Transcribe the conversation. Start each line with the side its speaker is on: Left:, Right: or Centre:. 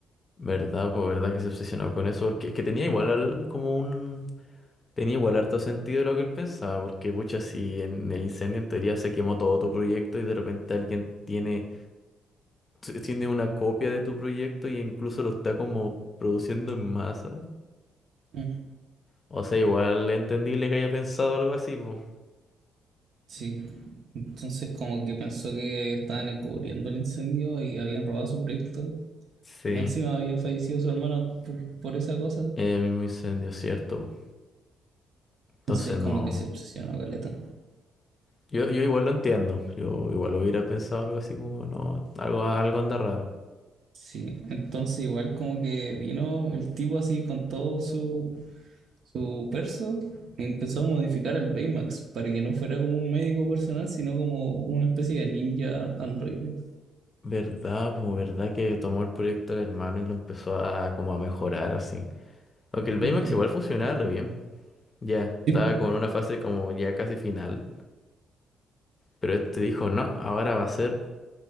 Left: ¿Verdad, po? ¿Verdad que se obsesionó con eso? Porque es que tenía igual al- como un, tenía igual harto sentido lo que él pensaba, porque pucha, si en el incendio en teoría se quemó todo tu proyecto y de repente alguien tiene t- tiene una copia de tu proyecto y incluso lo está como produciendo en masa.
Right: Mm,
Left: O sea, igual entendible que haya pensado algo así, pues.
Right: Sí. Entonces como que pensó que estaban encubriendo el incendio y habían robado su proyecto.
Left: Sí,
Right: Y más encima había fallecido su hermano por, por esa cosa.
Left: el mismo incendio, cierto. po. Entonces
Right: Entonces
Left: no.
Right: como que se obsesionó, Caleta.
Left: Yo, yo igual lo entiendo. Yo igual hubiera pensado algo así como, no, algo, algo anda raro.
Right: Sí, entonces igual como que vino el tipo así con todo su, su perso y empezó a modificar el Baymax para que no fuera como un médico personal, sino como una especie de ninja androide.
Left: ¿Verdad? Pues verdad que tomó el proyecto del hermano y lo empezó a como a mejorar así. Aunque el Baymax
Right: Ujú.
Left: igual funcionaba re bien. Ya, estaba
Right: Sí, po,
Left: como en una fase como ya casi final. Pero este dijo, no, ahora va a ser